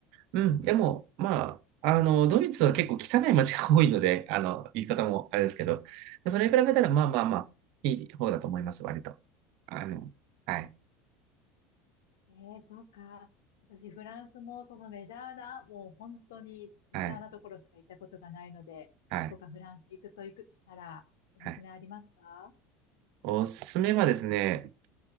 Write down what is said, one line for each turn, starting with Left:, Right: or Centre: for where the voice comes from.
Right: うん。でも、まあ、あの、ドイツは結構汚い街が多いので、あの、言い方もあれですけど、それに比べたら、まあまあまあ、いい方だと思います、割と。あの、はい、
Left: ええ、そうか。私、フランスもそのメジャーな、もう本当にメジャーなところしか行ったことがないので、
Right: はい、はい、
Left: どこかフランス行くと行くしたら、おすすめありますか
Right: はい。おすすめはですね、